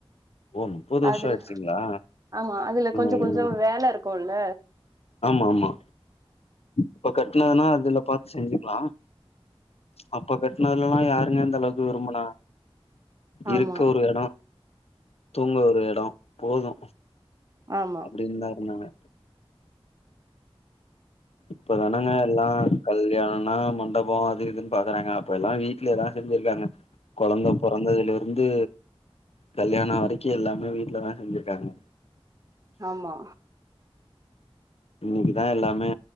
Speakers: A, on the left; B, on the right.
A: ஓ முப்பது வருஷோ
B: அதுல
A: ஆயிடுச்சுங்களா
B: ஆமா அதுல
A: ம்
B: கொஞ்சோ கொஞ்சோ வேல இருக்குல்ல
A: ஆமா ஆமா இப்ப கட்டினதுன்னா அதுல பாத்து செஞ்சுக்கலா அப்ப கட்டினதுல எல்லா யாருங்க இந்தந்த அளவுக்கு விரும்புனா
B: ஆமா
A: இருக்க ஒரு எடோ தூங்க ஒரு எடோ போது
B: ஆமா
A: அப்படி இருந்தாருதான இப்பதானேங்க எல்லா கல்யாணனோ மண்டபோ அது இதுன்னு பாக்குறாங்க அப்ப எல்லா வீட்லதா செஞ்சு இருக்காங்க கொழந்த பொறந்ததுல இருந்து கல்யாண வரைக்கு எல்லாமே வீட்டுலதா செஞ்சு இருக்காங்க
B: ஆமா
A: இன்னைக்குதா எல்லாமே